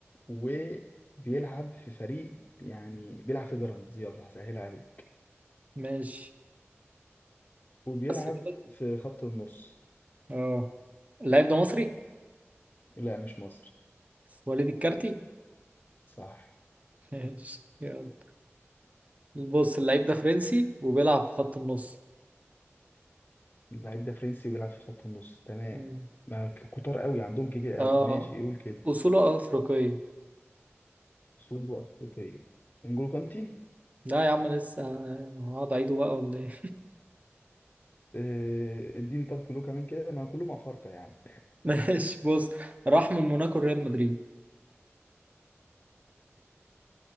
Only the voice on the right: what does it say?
ماشي
بس كده
اه اللعيب ده مصري
وليد الكارتي
ماشي يلا بص اللعيب ده فرنسي وبيلعب في خط النص
مم.
اه
اصوله افريقيه
لا يا عم لسه هقعد اعيده بقى ولا ايه
<laughs> ماشي بص راح من موناكو ريال مدريد